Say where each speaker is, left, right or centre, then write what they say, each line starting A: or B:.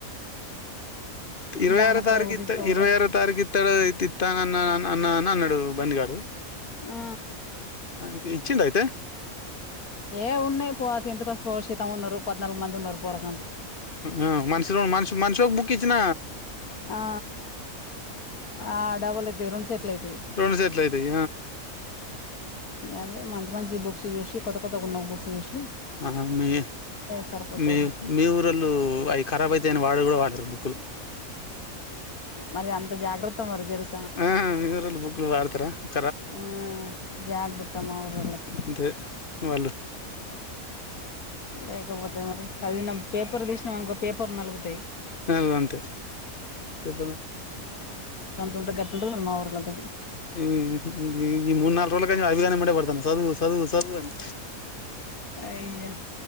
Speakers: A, on the left (about 40°); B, on the left (about 80°).
A: ఇరవై
B: బానక్క
A: ఆరు తారీఖ
B: నువ్వు
A: ఇత్త
B: తీసుకపోతే
A: ఇరవై ఆరు తారీఖు ఇత్తడుతి ఇత్తాంగా అన్న అన్న అన్నాడు బన్నిగాడు
B: ఆ
A: ఇంకా ఇచ్చిండ అయితే
B: ఏ ఉన్నాయి పో ఎంత పోషతం ఉన్నారు పద్నాలుగు మంది ఉన్నారు పొరగాళ్ళు
A: ఆ మష మ మనశికోక బుక్ ఇచ్చిన
B: ఆ ఆ డబలు అయితయి రెండు సెట్లు అయితాయి
A: రెండు సెట్లు అయితాయి
B: అదే మంచి మంచి బుక్స్ చూసి కొ <unintelligible>
A: ఆహ మీ
B: సరిపోతాయిలే
A: మీ మీ ఊరోళ్ళు అయి ఖరాబై తే వాడ కూడా వాడరు బుక్కులు
B: మరి అంత జాగ్రత్త మరి తెరు
A: ఆ వివర బుక్లు వాడతారు ర
B: హ్మ్ జాగ్రత్త మా ఊరోళ్ళకి
A: అంతే వాళ్ళు
B: లేకపోతే మరి చదివిన పేపర్ తీసినవనుకో పేపర్ నలుగుతాయి
A: అల్ అంతే చెప్పన
B: అంతంటే గట్టుడు అది మాఊరి పద్దతి
A: హ్మ్ ఈ మూడు నాలుగు రోజులకాన్నించి అభిగానెమ్మటే పడుతున్న చదువు సదువు చదువు అని
B: అయ్యో